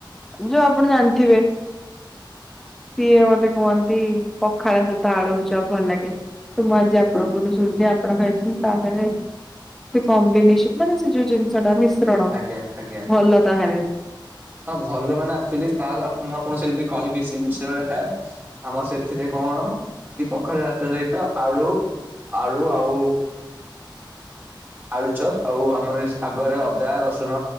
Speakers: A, in the centre; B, on the right.
A: ଯୋଉ ଆପଣ ଜାଣି। ଥିବେ। ସିଏ ମତେ କୁହନ୍ତି ପଖାଳ ସହିତ ଆଳୁଭଜା ଭଲ ଲାଗେ ମୁଁ ଆଜି ଆପଣଙ୍କଠୁ ଶୁଣିଲି ଆପଣ ଖାଇଛନ୍ତି ତ ଆମେ ଖାଇବୁ। ସେ କମ୍ୱିନେସନ ଟା ମାନେ ସେ ଯୋଉ ଜିନିଷ ଟା। ଶ୍ରଣ
B: ଆଜ୍ଞା ଆଜ୍ଞା।
A: ଭଲ ତାହାରେ।
B: ହଁ ଭଲ ମାନେ ଆକ୍ଚୁଆଲି ମୁଁ ଆପଣଙ୍କୁ ସେି କହିବି ସେ ମିଶ୍ରଣ ଟା ଆମର ସେଥିରେ କଣ କି ପଖାଳ ସହିତ ଆଳୁ ଆଳୁ ଆଉ ଆଳୁ ଚପ ଆଉ ଆମର ପାଗରେ ଅଦା ରସୁଣ